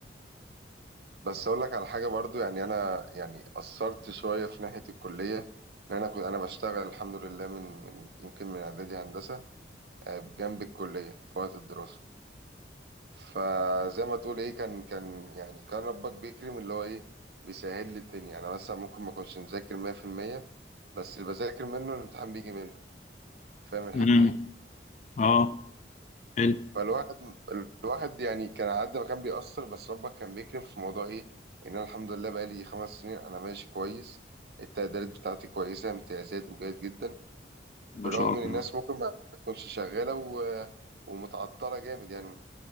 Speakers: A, on the right (about 60°); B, on the left (about 40°).
A: بس اقول لك على حاجه برضو يعني انا يعني قصرت شويه في ناحيه الكليه ان انا كنت انا بشتغل الحمد لله من من يمكن من اعدادي هندسه آه، جنب الكليه في وقت الدراسه فزي ما تقول ايه كان كان يعني كان ربك بيكرم اللي هو ايه بيسهل لي الدنيا انا مثلا ممكن ما اكونش مذاكر 100% بس اللي بذاكر منه الامتحان بيجي منه فاهم الحته
B: امم
A: دي
B: اه حلو
A: فالواحد الواحد يعني كان على قد ما كان بيأثر بس ربك كان بيكرم في موضوع ايه ان انا الحمد لله بقالي خمس سنين انا ماشي كويس التقديرات بتاعتي كويسة امتيازات وجيد جدا
B: ما
A: برغم
B: شاء الله
A: ان الناس ممكن ما تكونش شغالة و... ومتعطلة جامد يعني